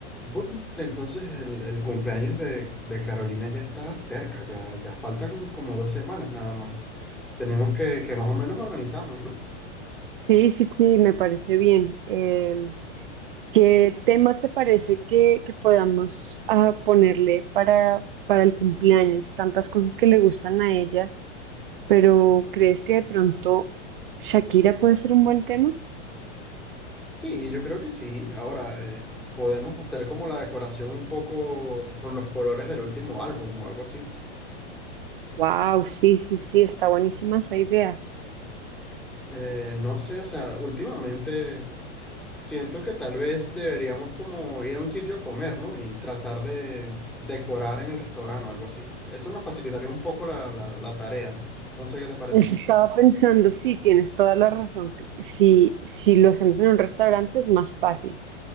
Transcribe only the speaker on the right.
Sí, sí, sí, me parece bien. Em, ¿qué tema te parece que, que podamos ah, ponerle para, para el cumpleaños? Tantas cosas que le gustan a ella, pero ¿crees que de pronto Shakira puede ser un buen tema?
Wow, sí, sí, sí, está buenísima esa idea.
Eso estaba pensando, sí, tienes toda la razón. que Si, si lo hacemos en un restaurante es más fácil.